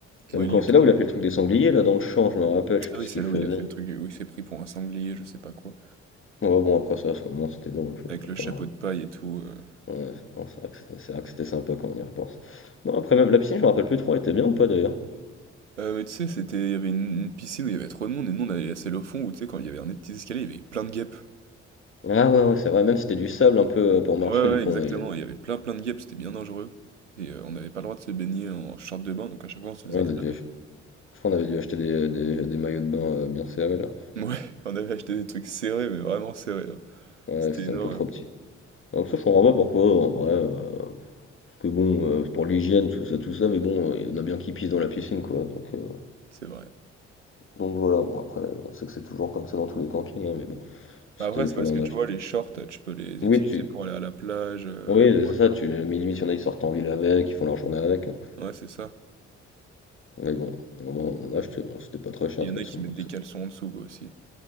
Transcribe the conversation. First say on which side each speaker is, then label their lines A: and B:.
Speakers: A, on the left; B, on the right.
A: Même
B: moi il
A: quand
B: l'est
A: c'est
B: toujours.
A: là où il a fait le truc des sangliers, là, dans le champ, je me rappelle, je sais
B: Ah
A: plus
B: oui,
A: ce qu'il
B: c'est là
A: faisait.
B: où il a fait le truc, où il s'est pris pour un sanglier, je sais pas quoi.
A: Ouais, bon, après ça, à ce moment, c'était drôle, je vais
B: Avec
A: pas
B: le
A: faire.
B: chapeau de paille et tout. euh.
A: Ouais, non, c'est vrai que c'était c'est vrai que c'était sympa quand on y repense. Non, après, même la piscine, je me rappelle plus trop, elle était bien ou pas d'ailleurs?
B: Euh, mais tu sais, c'était, il y avait une, une piscine où il y avait trop de monde, et nous on allait la selle au fond, où tu sais, quand il y avait un des petits escaliers, il y avait plein de guêpes.
A: Ah ouais, ouais, c'est vrai, même si c'était du sable un peu euh, pour marcher,
B: Ouais, ouais,
A: du
B: ouais,
A: coup,
B: exactement.
A: on avait,
B: Il y avait plein plein de guêpes, c'était bien dangereux. Et euh, on n'avait pas le droit de se baigner en short de bain, donc à chaque fois on se faisait
A: on
B: cramer.
A: a dû ach- je crois qu'on avait dû acheter des, des, des maillots de bain euh, bien serrés là.
B: Ouais, <laughs> on avait acheté des trucs serrés, mais vraiment serrés. hein.
A: Ouais,
B: C'était
A: c'était
B: une
A: un
B: horreur,
A: peu trop petit. Donc ça, je comprends pas pourquoi, euh, en vrai, euh, parce que bon, euh, pour l'hygiène, tout ça, tout ça, mais bon, euh, il y en a bien qui pissent dans la piscine, quoi. Donc, euh,
B: c'est vrai.
A: donc voilà, bon, après, on sait que c'est toujours comme ça dans tous les campings, hein, mais bon, c'était,
B: Mais Après, c'est
A: fallait
B: parce que tu
A: en acheter.
B: vois, les shorts, tu peux les
A: Oui,
B: utiliser
A: tu,
B: pour aller à la plage. euh,
A: oui,
B: pour
A: c'est
B: aller
A: ça,
B: par-
A: tu, mais limite, il y en a, ils sortent en ville avec, ils font leur journée avec. hein.
B: Ouais, c'est ça.
A: Mais bon, au moins on en a acheté, bon, c'était pas très cher
B: Il y
A: de
B: en
A: toute
B: a qui
A: façon. donc
B: mettent des
A: ça-
B: caleçons en dessous, quoi, aussi.